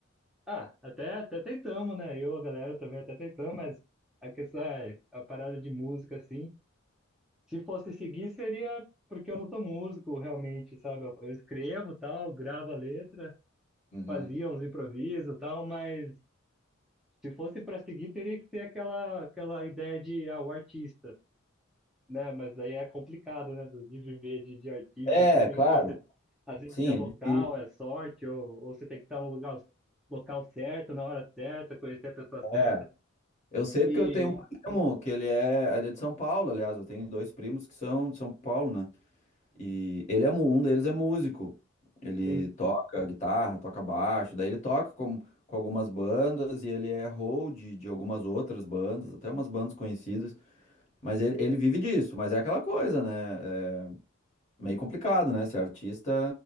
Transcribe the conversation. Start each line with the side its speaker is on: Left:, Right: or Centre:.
Centre: Ah, até, até tentamos, né? Eu, a galera também até tentamos, mas a questão é, a parada de música, assim, se fosse seguir, seria porque eu não sou músico, realmente, sabe? Eu, eu escrevo tal, gravo a letra,
Left: Uhum.
Centre: fazia uns improvisos tal, mas se fosse para seguir, teria que ser aquela, aquela ideia de, ah, o artista. né? Mas aí é complicado, né? do- De viver de, de artista,
Left: É,
Centre: assim, tem
Left: claro.
Centre: que, pô, você, às vezes
Left: Sim,
Centre: é local,
Left: é difícil.
Centre: é sorte, ou, ou você tem que estar no lugar, local certo, na hora certa, conhecer a pessoa certa.
Left: É. Eu sei
Centre: E,
Left: porque eu tenho um primo que ele é, ele é de São Paulo, aliás, eu tenho dois primos que são de São Paulo, né? E ele é, mu- um deles é músico. Ele
Centre: sim,
Left: toca guitarra, toca baixo, daí ele toca com, com algumas bandas e ele é hold de algumas outras bandas, até umas bandas conhecidas. Mas ele, ele vive disso, mas é aquela coisa, né? É meio complicado, né? Ser artista,